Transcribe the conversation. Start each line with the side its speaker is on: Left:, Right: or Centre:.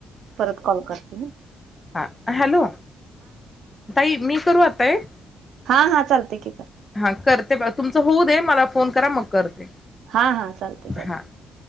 Right: परत कॉल करते हा
Left: हा हॅलो ताई मी करू आता एक?
Right: हा हा चालते कि
Left: हा करते तुमच होऊ दे मला फोन करा मग करते
Right: हा हा चालतय चालतय......
Left: हां